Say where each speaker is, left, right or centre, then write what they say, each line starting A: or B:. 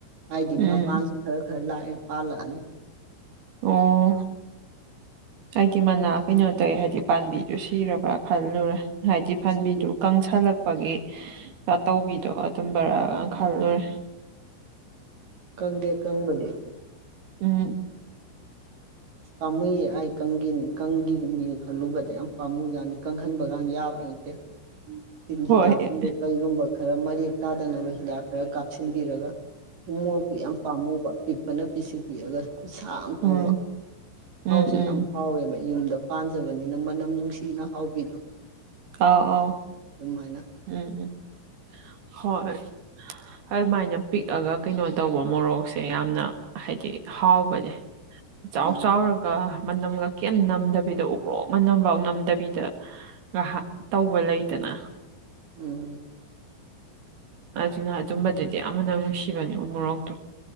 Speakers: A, on the right; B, on the right.
A: ꯍꯥꯏꯗꯤ
B: ꯎꯝ
A: ꯃꯄꯥꯟꯁꯤ ꯈꯔ ꯈꯔ ꯂꯥꯛꯑꯦ ꯄꯥꯜꯂꯛꯑꯅꯤ
B: ꯑꯣ ꯑꯩꯗꯤ ꯃꯅꯥ ꯀꯩꯅꯣ ꯇꯧꯋꯦ ꯍꯥꯏꯗꯤ ꯄꯥꯝꯕꯤꯗꯨ ꯁꯤꯔꯕ꯭ꯔꯥ ꯈꯜꯂꯨꯔꯦ ꯍꯥꯏꯗꯤ
A: ꯉꯁꯤꯗꯤ
B: ꯐꯝꯕꯤꯗꯨ ꯀꯪꯁꯜꯂꯛꯄ ꯒꯤ ꯇꯧꯕꯤꯗꯣ ꯑꯗꯨꯝꯕꯔꯒ ꯈꯜꯂꯨꯔꯦ
A: ꯀꯪꯗꯦ ꯀꯪꯕꯗꯤ
B: ꯎꯝ
A: ꯄꯥꯝꯃꯨꯏꯌꯦ ꯑꯩ ꯀꯪꯈꯤꯅꯤ ꯀꯪꯒꯤꯅꯤ ꯈꯜꯂꯨꯕꯗ ꯌꯥꯝ ꯄꯥꯝꯃꯨ ꯌꯥꯅꯤ ꯀꯪꯍꯟꯕꯒ ꯌꯥꯕ ꯇꯦ ꯇꯤꯟ
B: ꯍꯣꯏ
A: ꯍꯤꯗꯥꯛꯀꯨꯝꯕ ꯀꯩꯒꯨꯝꯕ ꯈꯔ ꯃꯔꯦꯛ ꯇꯥꯗꯅꯕ ꯍꯤꯗꯥꯛ ꯈꯔ ꯀꯥꯞꯁꯤꯟꯕꯤꯔꯒ ꯎꯝ ꯃꯣꯔꯣꯇꯨ ꯌꯥꯝ ꯄꯥꯝꯃꯨꯕ ꯄꯤꯛ ꯄꯅ ꯄꯤꯁꯤꯛ ꯄꯤꯛꯑꯒ ꯈꯨꯠꯁꯥ ꯑꯃ
B: ꯎꯝ
A: ꯇꯧꯕ꯫
B: ꯎꯝ
A: ꯍꯥꯎꯁꯨ ꯌꯥꯝ
B: ꯎꯝ
A: ꯍꯥꯎꯋꯦꯕ ꯌꯨꯝꯗ ꯄꯥꯟꯖꯕꯅꯤꯅ ꯃꯅꯝ ꯅꯨꯡꯁꯤꯅ ꯍꯥꯎꯕꯤꯗꯣ꯫
B: ꯑꯥꯎ ꯑꯥꯎ
A: ꯑꯗꯨꯝꯃꯥꯏꯅ
B: ꯎꯝ ꯎꯝ ꯍꯣꯏ ꯑꯗꯨꯃꯥꯏꯅ ꯄꯤꯛꯑꯒ ꯀꯩꯅꯣ ꯇꯧꯕ ꯃꯣꯔꯣꯛꯁꯦ ꯌꯥꯝꯅ ꯍꯥꯏꯗꯤ ꯍꯥꯎꯕꯅꯦ꯫ ꯆꯥꯎ
A: ꯎꯝ
B: ꯆꯥꯎꯔꯒ ꯃꯅꯝꯒ ꯀꯩꯝ ꯅꯝꯗꯕꯤꯗ ꯎꯃꯣꯔꯣꯛ ꯃꯅꯝꯕꯥꯎ ꯅꯝꯗꯕꯤꯗ ꯉꯍꯥꯛ ꯇꯧꯕ ꯂꯩꯗꯅ
A: ꯎꯝ
B: ꯑꯗꯨꯅ ꯑꯗꯨꯝꯕꯗꯨꯗꯤ ꯌꯥꯝ ꯃꯅꯝ ꯅꯨꯡꯁꯤꯕꯅꯤ ꯎꯃꯣꯔꯣꯛ ꯇꯨ